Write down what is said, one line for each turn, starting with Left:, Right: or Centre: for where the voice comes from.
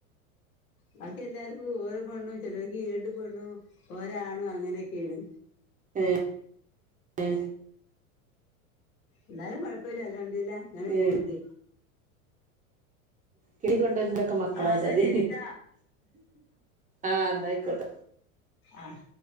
Left: ബാക്കി എല്ലാർക്കും ഉ ഓരോ പെണ്ണു ചെലവി കീ രണ്ട് പെണ്ണു ഒരാണു അങ്ങനെയെക്കെയാണ്
Right: എഹ ഏ
Left: എന്നാലും കൊഴപ്പല്ലില്ല അൽഹമദ്ല്ല ഞാനും
Right: ഏ
Left: പോവണ്ട്
Right: കിടിക കൊണ്ടന്റെക്കെ മക്കളായച്ചതി
Left: ആഹ് എന്നാ ശരിട്ടാ
Right: ആഹ് ന്നായിക്കോട്ടെ
Left: ആഹ്